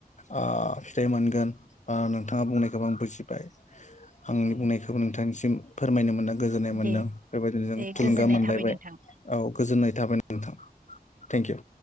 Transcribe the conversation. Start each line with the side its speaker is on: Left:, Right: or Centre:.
Left: ओ फिथाइ मोनगोन ओ नोंथाङा बुंनायखौ आं बुजिबाय। <unintelligible> <inaudible> आंनि
Right: औ
Left: बुंनायखौबो नोंथांनिसिम फोरमायनो मोना गोजोननाय मोन्दों
Right: दे
Left: बेबायदिनो जों
Right: दे
Left: थुलुंगा
Right: गोजोननाय
Left: मोनलायबाय
Right: थाबाय नोंथां
Left: औ गोजोननाय थाबाय नोंथां, थेंकिउ।